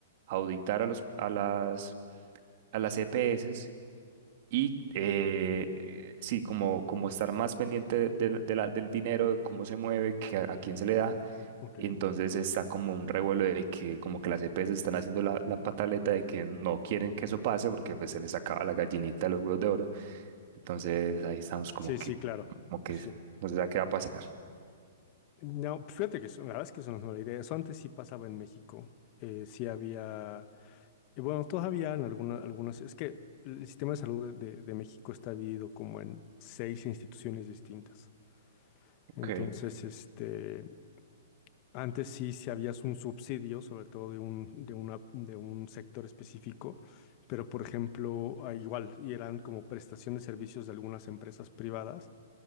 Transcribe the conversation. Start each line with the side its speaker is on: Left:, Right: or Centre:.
Right: auditar a los, a las, a las EPS y eh, eh, sí, como, como estar más pendiente de- de- de la- del dinero, de cómo se mueve, que a, a quién se le da.
Left: Ok.
Right: Y entonces está como un revuelo de que como que las EPS están haciendo la, la pataleta de que no quieren que eso pase porque pues se les acaba la gallinita de los huevos de oro. Entonces ahí estamos como
Left: Sí,
Right: que,
Left: sí, claro.
Right: como que
Left: Pues sí.
Right: no se sabe qué va a pasar.
Left: No, fíjate que eso- la verdad es que eso no es mala idea. Eso antes sí pasaba en México. Eh, sí había, y bueno, todavía en alguna- algunas, es que el sistema de salud de, de- de México está dividido como en seis instituciones distintas.
Right: Ok.
Left: Entonces, este, Antes sí, sí habías un subsidio, sobre todo de un, de una, de un sector específico, pero por ejemplo, ah, igual, y eran como prestación de servicios de algunas empresas privadas,